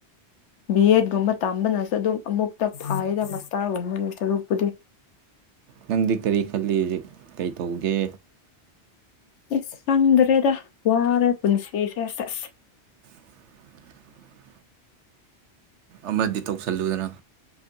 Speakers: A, on the left; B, on the right.
A: ꯕꯤ ꯑꯦꯗ ꯒꯨꯝꯕ ꯇꯝꯕꯅꯁꯨ ꯑꯗꯨꯝ ꯑꯃꯨꯛꯇ ꯐꯥꯏꯗ ꯃꯁꯇꯥꯔꯒꯨꯝꯕꯒꯤ ꯁꯔꯨꯛ ꯄꯨꯗꯤ
B: ꯅꯪꯗꯤ ꯀꯔꯤ ꯈꯜꯂꯤ ꯍꯧꯖꯤꯛ ꯀꯩ ꯇꯧꯒꯦ
A: ꯏꯁ ꯈꯪꯗ꯭ꯔꯦꯗ ꯋꯥꯔꯦ ꯄꯨꯟꯁꯤꯁꯦ ꯁꯦꯁ
B: <unintelligible> ꯑꯃꯗꯤ ꯇꯧꯁꯤꯜꯂꯨꯗꯅ